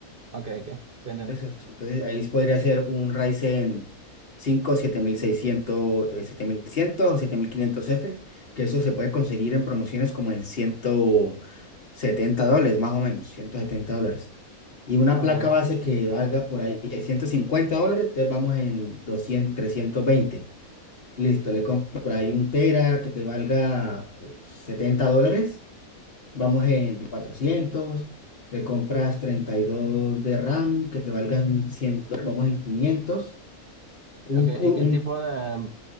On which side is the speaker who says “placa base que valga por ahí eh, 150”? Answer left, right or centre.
Left